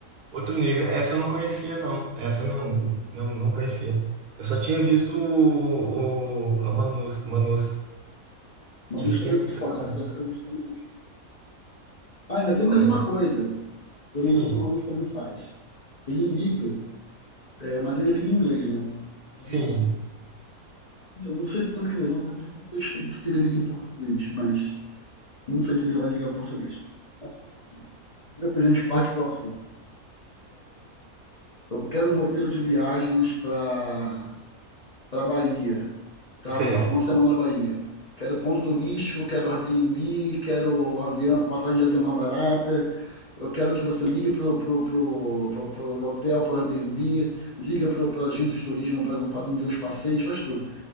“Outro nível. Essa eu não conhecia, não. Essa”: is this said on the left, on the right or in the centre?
Right